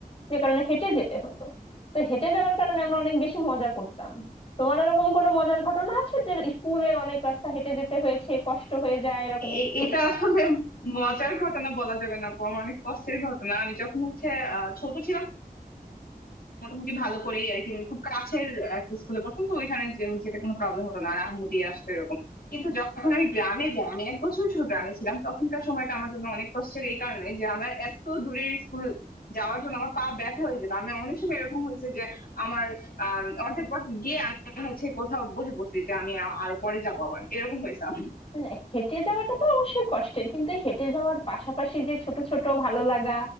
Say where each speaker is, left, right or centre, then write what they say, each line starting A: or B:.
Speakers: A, on the left; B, on the left.
A: যে কারণে হেঁটে যেতে হতো তো হেঁটে যাওয়ার কারণে আমরা অনেক বেশি মজা করতাম তোমার এরকম কোনো মজার ঘটনা আছে যে স্কুলে অনেক রাস্তা হেঁটে যেতে হয়েছে কষ্ট হয়ে যায় এরকম
B: এ-
A: কিছু
B: এটা আসলে মজার ঘটনা বলা যাবে না আপু আমার অনেক কষ্টের ঘটনা আমি যখন হচ্ছে আহ, ছোট ছিলাম মোটামুটি ভালো করেই আর কি মানে খুব কাছের একটা স্কুলে পড়তাম তো ওইখানে যে- যেতে কোনো প্রবলেম হতো না আর আম্মু দিয়ে আসতো এরকম কিন্তু যখন আমি গ্রামে যাই আমি এক বছর শুধু গ্রামে ছিলাম তখনকার সময়টা আমার জন্য অনেক কষ্টের এই কারণে যে আমার এত দূরের স্কুল যাওয়ার জন্য আমার পা ব্যথা হয়ে যেত আমি অনেক সময় এরকম হয়েছে যে আমার আহ অর্ধেক পথ গিয়ে আমি হচ্ছে কোথাও বসে পড়ছি যে আমি আ- আর পরে যাবো আবার এরকম হয়েছে আমার।
A: না হেঁটে যাওয়াটা তো অবশ্যই কষ্টের কিন্তু এই হেঁটে যাওয়ার পাশাপাশি যে ছোট ছোট ভালো লাগা